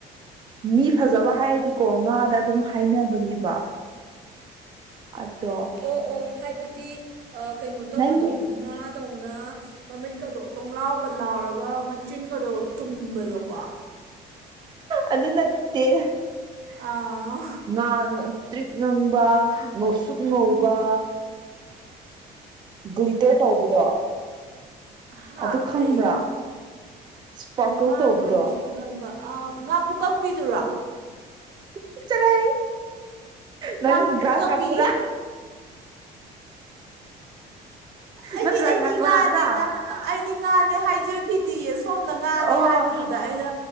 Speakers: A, on the right; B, on the right.
A: ꯃꯤ ꯐꯖꯕ ꯍꯥꯏꯔꯗꯤꯀꯣ ꯉꯥꯗ ꯑꯗꯨꯝ ꯍꯥꯏꯅꯕꯅꯦꯕ ꯑꯗꯣ
B: ꯑꯣ - ꯑꯣ ꯍꯥꯏꯕꯗꯤ ꯀꯩꯅꯣ ꯇꯧꯕꯗꯣ
A: ꯅꯪ
B: ꯉꯥ ꯇꯧꯅ ꯃꯃꯤꯠꯀꯗꯣ ꯇꯣꯡꯡꯂꯥꯎꯒ ꯂꯥꯎꯔꯒ ꯃꯆꯤꯟꯒꯗꯣ ꯇꯨꯝꯕꯗꯣ <unintelligible>
A: ꯑꯗꯨ ꯅꯠꯇꯦ
B: ꯑꯥ
A: ꯉ ꯇ꯭ꯔꯤꯛ ꯉꯪꯕ ꯉꯧꯁꯨꯛ ꯉꯧꯕ
B: ꯎꯝ
A: ꯒ꯭ꯜꯇꯔ ꯇꯧꯕꯗꯣ
B: ꯍꯥꯥ
A: ꯑꯗꯨ ꯈꯪꯕ꯭ꯔꯥ
B: ꯀꯩ
A: ꯏꯁꯄꯥꯔꯀꯜ
B: ꯉꯥ
A: ꯇꯧꯕꯗꯣ
B: ꯅꯣꯏꯇ꯭ꯔꯤꯛ ꯅꯣꯏꯕ ꯉꯥ ꯄꯨꯨ ꯀꯪꯕꯤꯗꯨꯔꯣ
A: ꯆꯠꯂ ꯅꯪ
B: ꯉꯥ
A: ꯒ꯭ꯔꯥꯁ
B: ꯄꯨ ꯀꯝꯕꯤ
A: ꯀꯥꯞꯇꯔꯥ
B: ꯑꯩꯗꯤ
A: ꯅꯠꯇ꯭ꯔꯒ
B: - ꯑꯩꯗꯤ
A: ꯉꯀ꯭ꯔꯥꯗ꯭ꯔꯥ
B: ꯉꯥꯅꯦꯅ ꯑꯩꯗꯤ ꯉꯥꯅꯦ ꯍꯥꯏꯖꯈꯤꯗꯤꯌꯦ ꯁꯣꯝꯅ ꯉꯥꯅꯦ
A: ꯑꯣ
B: ꯍꯥꯏꯕ ꯑꯗꯨꯗ ꯑꯩꯅ